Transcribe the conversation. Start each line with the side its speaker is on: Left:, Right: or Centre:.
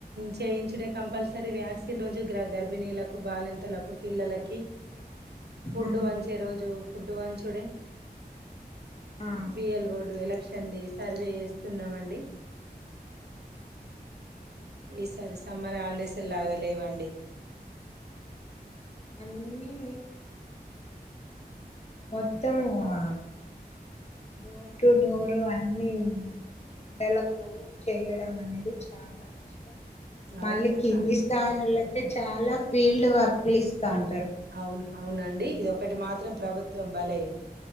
Right: చేయించుడే కంపల్సరీ వ్యాక్సిన్ రోజు గర్భిణీలకు బాలింతలకు పిల్లలకి ఫుడ్
Left: ఆ
Right: పంచే రోజు ఫుడ్ పంచుడే
Left: ఆ
Right: బిఎల్ బోర్డు ఎలక్షన్ది సర్వే చేస్తున్నామండి ఈసారి సమ్మర్ హాలిడేసే లేవండి
Left: అన్నీ మొత్తం ఆ డోర్ టు డోర్ అన్ని ఎండలకు చేయడం అనేది చాలా కష్టం మళ్ళీ
Right: అవునండి
Left: కింది
Right: చా
Left: స్థాయిళకే చాలా ఫీల్డ్ వర్క్ లు ఇస్తా ఉంటారు
Right: అవును అవునండి ఇది ఒకటి మాత్రం ప్రభుత్వం భలే